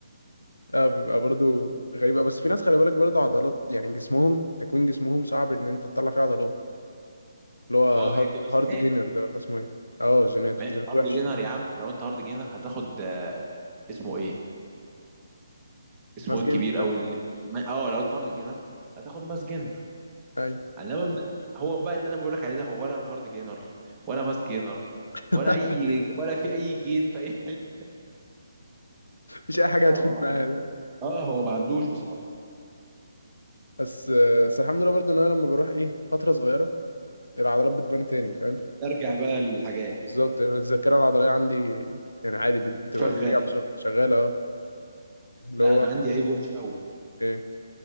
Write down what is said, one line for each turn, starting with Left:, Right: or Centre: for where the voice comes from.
Left: اه بيبقى برضه غريبة بس في ناس خلي بالك برضه عضلات يعني جسمهم تكوين جسمهم صعب ان انت تطلع فيه عضلات اللي هو
Right: اه
Left: هارد
Right: هي بتبقى جينات
Left: هارد جينر ده ولا اسمه ايه اه جينات
Right: ما-
Left: جينات
Right: هارد
Left: وحش
Right: جينر يا عم لو انت هارد جينر هتاخد آه، اسمه ايه اسمه
Left: ماس
Right: ايه الكبير
Left: جينر باين.
Right: قوي ده اللي ما- اه لو انت هارد جينر هتاخد ماس جينر
Left: ايوه
Right: انما م- هو بقى اللي انا بقول لك عليه ده هو ولا هارد جينر ولا ماس جينر
Left: <laughs>
Right: ولا اي ولا في اي جين في اي حته
Left: مش اي حاجه
Right: لا هو
Left: هتفيد
Right: ما
Left: معايا
Right: عن-
Left: ده
Right: اه هو ما عندوش بصراحه
Left: بس بس الحمد لله برضو ان انا لما بروح ايه فتره صغيره العضلات بتبان تاني فاهم
Right: بتسترجع بقى الحاجات
Left: بالظبط يعني الذاكره العضليه عندي يعني عادي بت- بتبقى
Right: شغاله
Left: بترجع بسرعه شغاله اه اللي
Right: لا
Left: هو
Right: انا عندي عيب وحش قوي
Left: ايه